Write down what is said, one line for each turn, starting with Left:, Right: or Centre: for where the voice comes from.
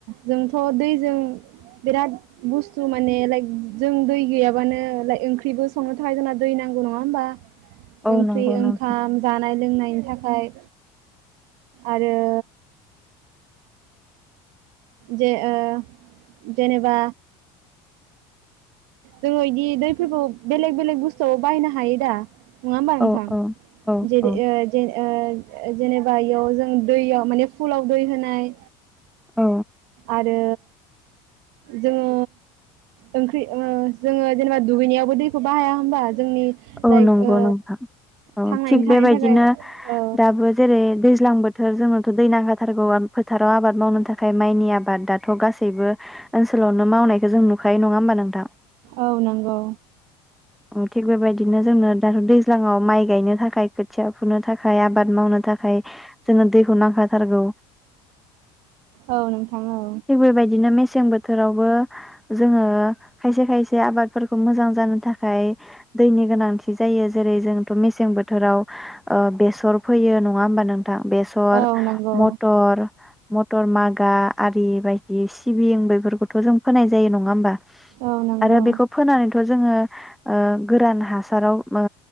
Right: जोंथ' दैजों बिराद बुस्थु माने लाइक जों दै गैयाबानो लाइक ओंख्रिबो संनो थाखाय जोंना दै नांगौ नङा होमबा?
Centre: औ
Right: ओंख्रि
Centre: नंगौ नोंथां
Right: ओंखाम जानाय लोंनायनि थाखाय आरो जे ओ जेनेबा जोङो इदि दैफोरखौ बेलेग बेलेग बुस्थुआव बाहायनो हायो दा? नङा होमबा नोंथां?
Centre: औ औ औ
Right: जेरै
Centre: औ
Right: ओ जेरै ओ जेनेबा इयाव जों दैयाव माने फुलाव दै होनाय
Centre: औ।
Right: आरो जोङो ओंख्रि ओ जोङो जेनेबा दुगैनायावबो दैखौ बाहाया होमबा? जोंनि
Centre: औ
Right: लाइक
Centre: नंगौ
Right: ओ
Centre: नोंथां औ
Right: थांनानै
Centre: थिग
Right: थानायनि
Centre: बेबायदिनो
Right: थाखाय औ
Centre: दाबो जेरै दैज्लां बोथ जोंनोथ' दै नांखाथारगोै फोथाराव आबाद मावनो थाखाय माइनि आबाद दाथ' गासैबो ओनसोलावनो मावनायखौ जों नुखायो नङा होमबा नोंथां?
Right: औ नंगौ।
Centre: उम थिग बेबायदि बिदिनो जोंनो दाथ' दैज्लाङाव माइ गायनो थाखाय खोथिया फुनो थाखाय आबाद मावनो थाखाय जोंनो दैखौ नांखाथारगौ।
Right: औ नोंथां औ
Centre: थिग बेबायदिनो मेसें बोथोरावबो जोङो खायसे खायसे आबादफोरखौ मोजां जानो थाखाय दैनि गोनांथि जायो जेरै जोंथ' मेसें बोथोराव ओ बेसर फोयो नङा होमबा नोंथां बेसर
Right: औ नंगौ
Centre: मटर मटर मागा आरि बायदि सिबिं बेफोरखौ थ' जों फोनाय जायो नङा होमबा
Right: औ नंगौ
Centre: आरो बेखौ फोनानैथ' जोङो ओ। गोरान हासाराव ओ